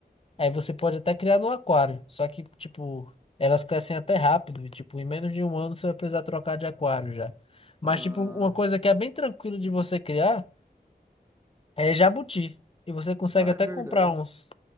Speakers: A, on the left; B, on the right.
A: Aí você pode até criar no aquário. Só que, tipo, elas crescem até rápido. E, tipo, em menos de um ano você vai precisar trocar de aquário já. Mas,
B: Ah,
A: tipo, uma coisa que é bem tranquilo de você criar é jabuti. E você consegue
B: ah, é
A: até
B: verdade.
A: comprar uns.